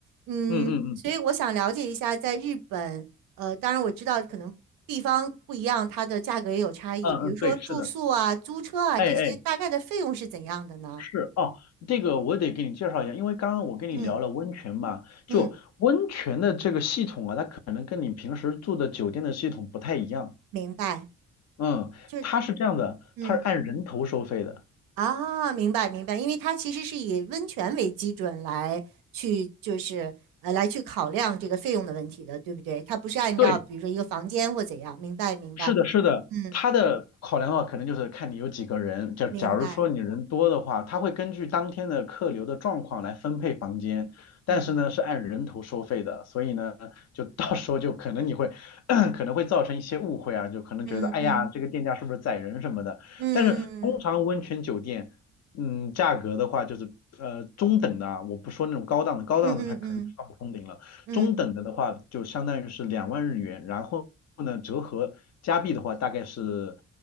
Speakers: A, on the right; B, on the left.
A: 嗯，
B: 嗯嗯嗯
A: 所以我想了解一下，在日本呃，当然我知道可能地方不一样，它的价格也有差异。
B: 嗯，
A: 比如说住宿啊、
B: 嗯对，是的，
A: 租车啊这些，
B: 哎哎，
A: 大概的费用是怎样的呢？
B: 是哦，这个我得给你介绍一下，因为刚刚我跟你聊了温泉嘛，
A: 嗯
B: 就温泉的这个系统啊，
A: 嗯，
B: 它可能跟你平时住的酒店的系统不太一样，
A: 明白，
B: 嗯，
A: 就是
B: 它是这样的，
A: 嗯
B: 它是按人头收费的，
A: 啊，明白明白，因为它其实是以温泉为基准来去就是呃来去考量这个费用的问题的，对不对？它不是按照比如说一个房间或怎样，
B: 对。
A: 明白明白，
B: 是的，是的，
A: 嗯，
B: 他的考量的话，可能就是看你有几个人。假假如说你人多的话，
A: 明白，
B: 他会根据当天的客流的状况来分配房间，但是呢是按人头收费的，
A: 嗯
B: 所以呢就到时候就可能你会 <clears throat> 可能会造成一些误会啊，就可能觉得哎呀这个店家是不是宰人什么的。
A: 嗯嗯嗯嗯
B: 但是通常温泉酒店，嗯，价格的话就是呃中等的啊，我不说那种高档的，高档的它可能上不封顶了。
A: 嗯嗯嗯嗯。
B: 中等的的话就相当于是两万日元，
A: 嗯
B: 然后呢折合加币的话大概是